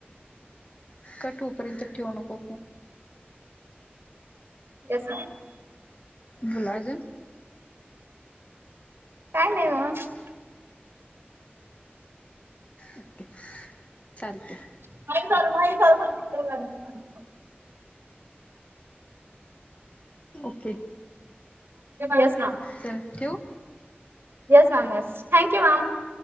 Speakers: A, on the left; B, on the right.
A: कठोपर्यंत ठेव नको.
B: Yes ma'am.
A: बोला आजून.
B: काय नाही मग.
A: ओके चालतय.
B: नाही चालू नाही चालू.
A: ओके.
B: यस.
A: चाल ठेऊ.
B: Yes ma'am yes. Thank you ma'am.